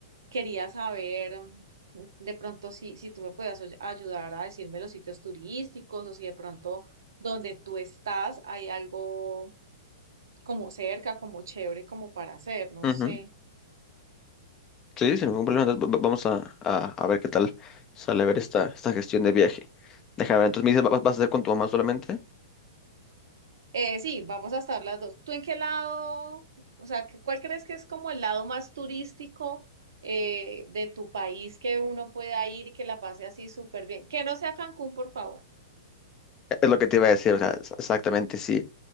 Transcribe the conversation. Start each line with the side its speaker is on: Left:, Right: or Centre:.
Right: Quería saber mm, de pronto si, si tú me puedas oy- ayudar a decirme los sitios turísticos o si de pronto donde tú estás hay algo como cerca, como chévere, como para hacer, no
Left: ujú.
Right: sé.
Left: Sí, sin ningún problema, entonces va- va- vamos a, a, a ver qué tal sale a ver esta, esta gestión de viaje. Déjame ver, entonces me dices, ¿va- ¿vas a hacer con tu mamá solamente?
Right: Eh, sí, vamos a estar las dos. ¿Tú en qué lado, o sea, que- cuál crees que es como el lado más turístico eh, de tu país que uno pueda ir y que la pase así súper bien? Que no sea Cancún, por favor.
Left: Es lo que te iba a decir, o sea, es- exactamente, sí.